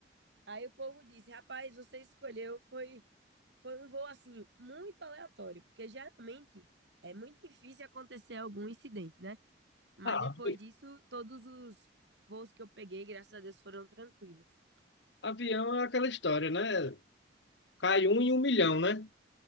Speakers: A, on the right; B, on the left.
A: Aí o povo disse: rapaz, você escolheu, foi Foi um voo assim muito aleatório, porque geralmente é muito difícil acontecer algum incidente, né? Mas
B: ah,
A: depois
B: avi-
A: disso, todos os voos que eu peguei, graças a Deus, foram tranquilos.
B: avião é aquela história, né? Cai um em um milhão, né?